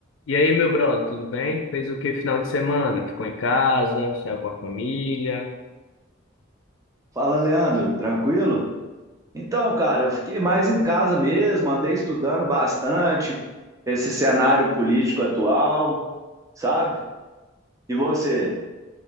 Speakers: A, on the left; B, on the right.
A: E aí, meu brother, tudo bem? Fez o que final de semana? Ficou em casa? Saiu com a família?
B: Fala, Leandro, tranquilo? Então, cara, eu fiquei mais em casa mesmo, andei estudando bastante esse cenário político atual, sabe? E você?